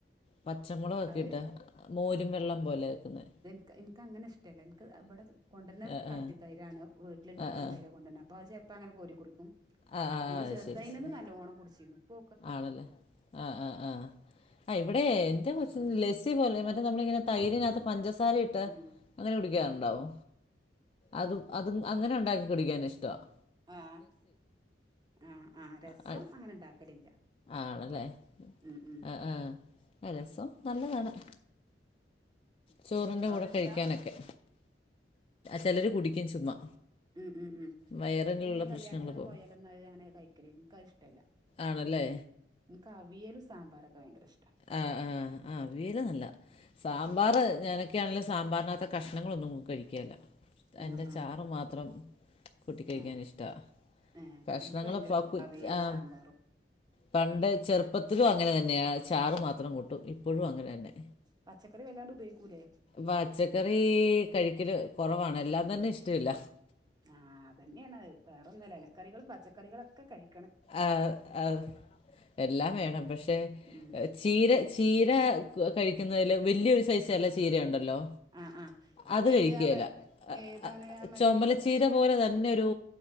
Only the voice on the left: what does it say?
പച്ചമുളകൊക്കയിട്ടാമോരും
വെള്ളം പോലെ വക്കുന്നത്
ആ
ആ
ആ ആ
ആ ആ
അത്
ശരി ശരി
ആണല്ലേ ആഹ് ആ ആഹ് ആ ഇവിടെ എന്റെ കൊച്ച
ലസി പോലെ മറ്റേ നമ്മളിങ്ങനെ തൈര്നകത്ത് പഞ്ചസാര ഇട്ട്
അങ്ങനെ കുടിക്കാറുണ്ടാവോ അതും അതും അങ്ങനെ ഉണ്ടാക്കി കുടിക്കാനൻ ഇഷ്ടമാണ്
ആ
ആണല്ലേ
ആഹ് ആഹ് രസം നല്ലതാണ് ചോറിന്റെ
കൂടെ കഴിക്കാനൊക്കെ
ചിലര് കുടിക്കും ചുമ്മാ
വയറിനുള്ള
പ്രശ്നങ്ങൾ പോകും
ആണല്ലേ
ആ ആ ആ അവിയൽ നല്ല സാമ്പാർ ഞാനൊക്കെയാണെങ്കിലും സാമ്പാറിനകത്ത കഷണങ്ങ ഒന്നും കഴിക്കല്ല അതിൻ്റെചാറ്
മാത്രം കുട്ടി കഴിക്കാൻ
ഇഷ്ടാ
കഷണങ്ങ
ഇപ്പ
ആ
പണ്ട് ചെറുപ്പത്തിലും അങ്ങനെ തന്നെയ ചാറ് മാത്രം കൂട്ടു ഇപ്പോഴും അങ്ങനെ തന്നെ
പച്ചക്കറി കഴിക്കല് കുറവാണ് എല്ല തന്നെ ഇഷ്ടില്ല
ആഹ് അഹ് എല്ലാം വേണം
പക്ഷെ
എ ചീര ചീര കഴിക്കുന്നതില് വല്യൊരു സൈസ് എല ചീര ഉണ്ടല്ലോ?
അത്
കഴിക്കേലാ
എ
എ
ചൊമലച്ചീര പോലെ ത പിന്നൊരു